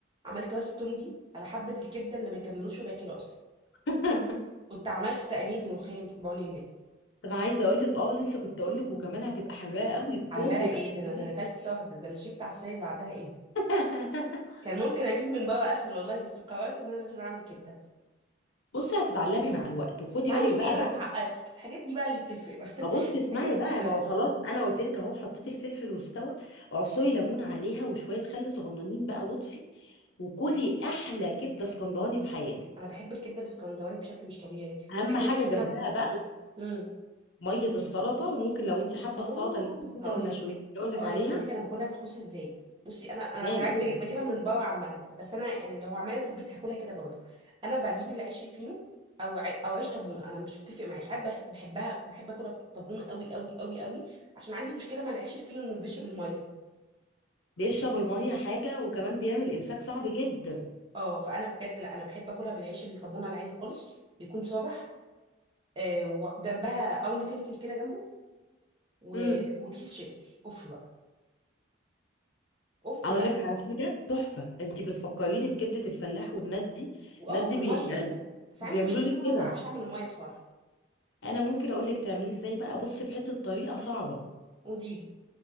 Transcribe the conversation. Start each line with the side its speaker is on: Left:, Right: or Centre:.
Right: عملت راس التوم دي على حبه الكبده اللي ما يكملوش ربع كيلو اصلا
Left: <laughs>
Right: كنت عملت تقليه ملوخيه بعون الليل
Left: طب عايزه اقول لك اه لسه كنت اقول لك وكمان هتبقى حراقه قوي التوم
Right: عليها
Left: بيبقى
Right: ايه
Left: حلوين
Right: ده انا ده انا اكلت سهد ده انا شبت عصاير بعدها ايه
Left: <laughs>
Right: كان ممكن اجيب من بره اسهل والله بس قررت ان انا لازم اعمل كبده
Left: بصي هتتعلمي مع الوقت وخدي
Right: اتعلم
Left: بالك بقى
Right: ايه انا اتعقدت الحاجات دي بقى اللي بتفرق بقى
Left: ابص
Right: <laughs>
Left: اسمعي
Right: الحاجات
Left: بقى
Right: دي بتاع...
Left: ما هو خلاص انا قلت لك اهو حطيت الفلفل واستوى اعصري ليمونه عليها وشويه خل صغننين بقى واطفي وكلي احلى كبده اسكندراني في حياتك
Right: انا بحب الكبده الاسكندراني بشكل مش طبيعي
Left: اهم
Right: عايزه
Left: حاجه
Right: اقول لك ان
Left: جنبها بقى
Right: انا
Left: ميه السلطه وممكن لو انت حابه
Right: اه
Left: السلطه اللي بتاعت
Right: هقول
Left: المشويات
Right: لك
Left: اللي اقول لك
Right: هقول
Left: عليها
Right: لك هقول لك انا باكلها طقوس ازاي بصي انا انا
Left: تمام
Right: في العادي
Left: قولي.
Right: بجي- بجيبها من بره عامه بس انا يعني لو هعملها في البيت هاكلها كده برضه انا بجيب العيش الفينو او عي... او عيش طابونه انا مش بتفق معايا ساعات بحب- بحبها بحب اكلها طابونه قوي قوي قوي قوي عشان عندي مشكله مع العيش الفينو انه بيشرب الميه
Left: بيشرب الميه حاجه وكمان بيعمل امساك صعب جدا
Right: اه فانا بجد لا انا بحب اكلها بالعيش الطابونه العادي خالص يكون صابح آه وجنبها قرن فلفل كده جنبه و...
Left: امم
Right: وكيس شيبسي اوف بقى اوف
Left: اقول
Right: بقى
Left: لك على حاجه تحفه انت بتفكريني بكبده الفلاح والناس دي
Right: واه
Left: الناس دي
Right: والميه
Left: بي... يعني
Right: بس
Left: بيعملوا
Right: عندي مشكله
Left: لك
Right: ان انا ما
Left: كده
Right: بعرفش اعمل الميه بصراحه
Left: انا ممكن اقول لك تعملي ازاي بقى بصي بحته طريقه صعبه
Right: قولي لي